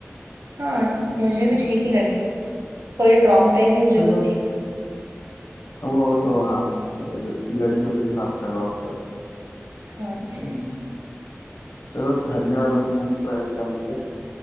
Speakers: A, on the right (about 70°); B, on the left (about 80°).
A: हाँ मुझे भी ठीक ही लगी थोड़ी ट्रॉमेटाइजिंग
B: चलो
A: जरूर थी
B: वो तो हाँ ठीक है ल- लड़कियों के लिए खास कर और ज्यादा
A: हाँ जी
B: हम्म, चलो धन्यवाद मेरे को मूवीज के बारे में बताने के लिए